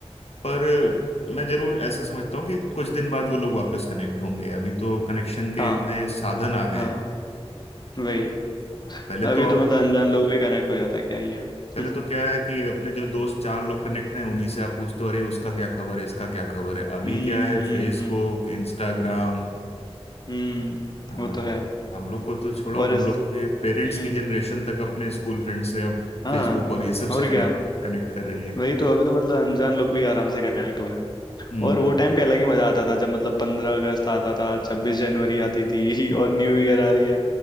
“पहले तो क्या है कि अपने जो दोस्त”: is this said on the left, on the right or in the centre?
Left